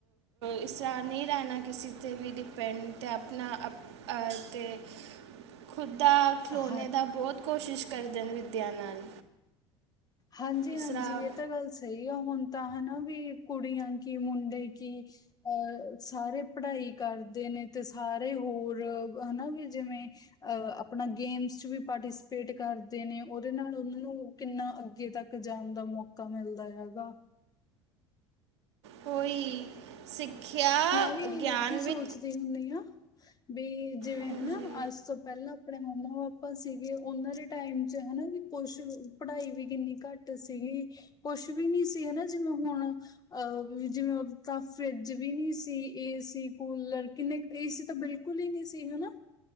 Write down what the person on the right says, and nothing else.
ਇਸਰਾ ਨਹੀਂ ਰਹਿਣਾ ਕਿਸੇ ਤੇ ਵੀ ਭਿਪੈੱਡ ਆਪਣਾ ਅ ਅਤੇ ਖੁਦਾ ਖਿਲੌਣੇ
ਦਾ ਬਹੁਤ ਕੋਸ਼ਿਸ਼ ਕਰਦੇ ਨੇ ਵਿੱਦਿਆ ਨਾਲ।
ਇਸ ਤਰ੍ਹਾਂ
ਕੋਈ ਸਿੱਖਿਆ
ਗਿਆਨ
ਵਿ
ਹਾਂਜੀ